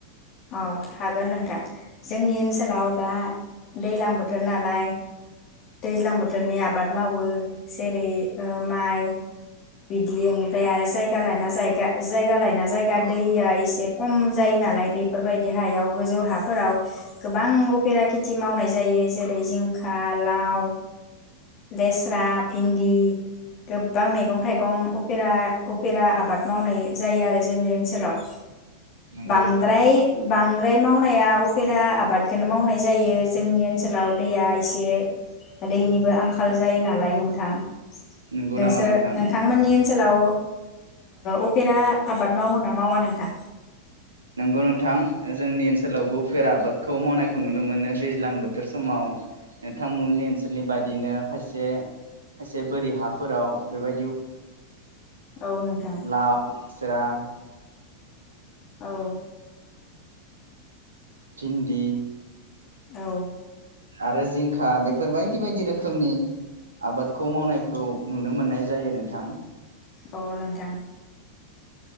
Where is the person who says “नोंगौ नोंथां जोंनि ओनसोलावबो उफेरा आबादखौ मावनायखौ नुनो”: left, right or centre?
Right